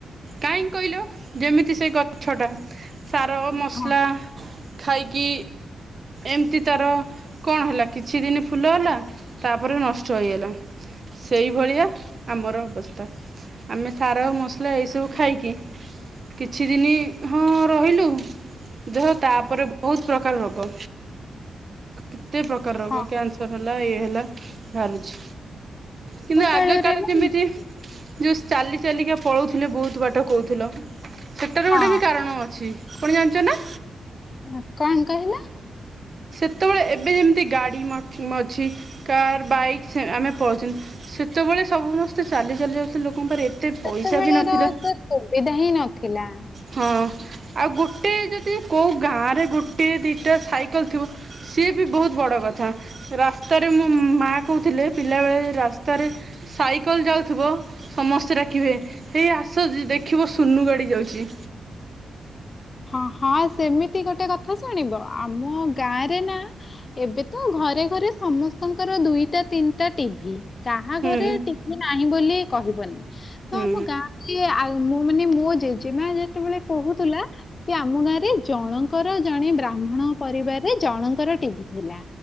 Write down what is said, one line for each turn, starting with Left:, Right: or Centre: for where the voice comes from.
Right: କାହିଁକି କହିଲ ଯେମିତି ସେ ଗଛଟା। ସାର ମସଲା
Left: ହଁ
Right: ଖାଇକି ଏମିତି ତାର କଣ ହେଲା କିଛି ଦିନ ଫୁଲ ହେଲା ତାପରେ ନଷ୍ଟ ହୋଇଗଲା ସେଇଭଳିଆ ଆମର ଅବସ୍ଥା। ଆମେ ସାର ମସଲା ଏଇସବୁ ଖାଇକି କିଛି ଦିନ ହଁ ରହିଲୁ ଦେହ ତାପରେ ବହୁତ ପ୍ରକାର ରୋଗ। କେତେ ପ୍ରକାର ରୋଗ
Left: ହଁ
Right: କ୍ୟାନସର ହେଲା ଇଏ ହେଲା ବାହାରୁଛି। କିନ୍ତୁ
Left: କାଳରେ
Right: ଆଗ କାଳେ
Left: ନା
Right: ଯେମିତି ଯେଉ ଚାଲି ଚାଲିକା ପଳଉଥିଲେ ବହୁତ ବାଟ କହୁଥିଲ। ସେଟାର
Left: ହଁ
Right: ଗୋଟେ ବି କାରଣ ଅଛି କଣ ଜାଣିଛ ନା?
Left: ହଁ କଣ କହିଲ।
Right: ସେତୋବେଳେ ଏବେ ଯେମିତି ଗାଡ଼ି ମାଥି ମଝି କାର୍ ବାଇକ୍ ସେ ଆମେ ପଳୋଛନ୍ତି ସେତୋବୋ ଳେ ସମସ୍ତେ ଚାଲି ଚାଲି ଯାଉଥିଲେ ଲୋକ ମୋ ପାଖରେ ଏତେ ପଇସା
Left: ସେତେବେଳେର
Right: ବି ନଥିଲା
Left: ସେ ସୁବିଧା ହିଁ ନଥିଲା।
Right: ହଁ। ଆଉ ଗୋଟେ ଯଦି କୋଉ ଗାଁ ରେ ଗୋଟିଏ ଦିଟା ସାଇକେଲ ଥିବ। ସିଏ ବି ବହୁତ ବଡ କ ରାସ୍ତାରେ ମୋ ମା କୋହୁଥିଲେ ପିଲାବେଳେ ରାସ୍ତାରେ ସାଇକେଲ ଯାଉ ଥୁବ ସମସ୍ତେ ଡାକିବେ ହେଇ ଆସ ଜ ଦେଖିବ ସୁନୁ ଗାଡ଼ି ଯାଉଚି।
Left: ହଁ ହଁ ସେମିତି ଗୋଟେ କ ଥା ଶୁଣିବ ଆମ ଗାଁ ରେ ନା ଏବେ ତ ଘରେ ଘରେ ସମସ୍ତଙ୍କର ଦୁଇଟା ତିନିଟା ଟିଭି କାହା
Right: ହୁଁ
Left: ଘରେ ଟିଭି ନାହିଁ ବୋଲି କହିବନି ତ
Right: ହୁଁ
Left: ଆମ ଗାଁରେ ଆ ମୁଁ ମାନେ ମୁଁ ମୋ ଜେଜେମା ଯେ ଯେତୋବେଳେ କହୁଥିଲା କି ଆମ ଗାଁ ରେ ଜଣଙ୍କର ଜଣେ ବ୍ରାହ୍ମଣ ପରିବାରରେ ଜଣଙ୍କର ଟିଭି ଥିଲା